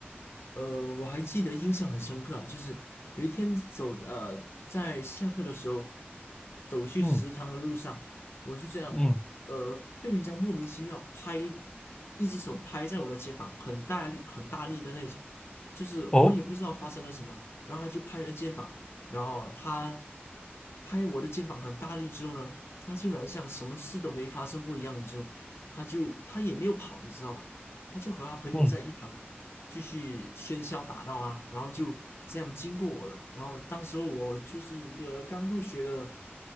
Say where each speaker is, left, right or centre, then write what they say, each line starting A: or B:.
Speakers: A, on the left (about 75°); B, on the left (about 20°).
A: 呃，我还记得印象很深刻啊，就是有一天走呃，在下课的时候走去食堂的路上，
B: 嗯
A: 我就这样呃被人家莫名其妙拍，
B: 嗯，
A: 一只手拍在我的肩膀，很大力很大力的那种，就是我也不知道发生了什么，
B: 哦，
A: 然后他就拍了肩膀，然后他拍我的肩膀很大力之后呢，他竟然像什么事都没发生过一样，之后他就他也没有跑，你知道吧？他就和他朋友在一旁。
B: 嗯，
A: 继续喧嚣打闹啊，然后就这样经过我了。然后当时候我就是一个刚入学的，